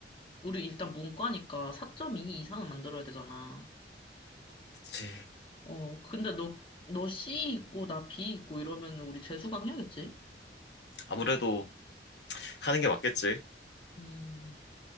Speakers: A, on the left (about 30°); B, on the left (about 70°).
A: 우리 일단 문과니까 4.2 이상은 만들어야 되잖아.
B: 아, 그치.
A: 어, 근데 너, 너 C 있고, 나 B 있고 이러면 우리 재수강 해야겠지?
B: 아무래도 하는 게 맞겠지.
A: 음,